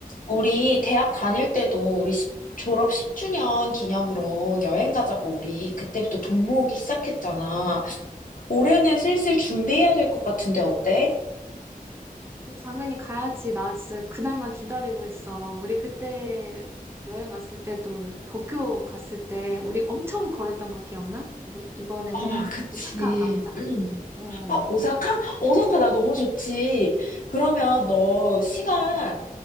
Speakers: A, on the left; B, on the right.
A: 우리 대학 다닐 때도 우리 십- 졸업 10주년 기념으로 여행 가자고 우리 그때부터 돈 모으기 시작했잖아. 올해는 슬슬 준비해야 될 것 같은데 어때?
B: 당연히 가야지. 나 진짜 그날만 기다리고 있어. 우리 그때 여행 갔을 때 또 도쿄 갔을 때 우리 엄청 걸었던 거 기억나? 우리 이번에는
A: 아, 그치.
B: 오사카 가보자.
A: 응.
B: 어.
A: 어, 오사카? 오사카 나 너무 좋지. 그러면 너 시간,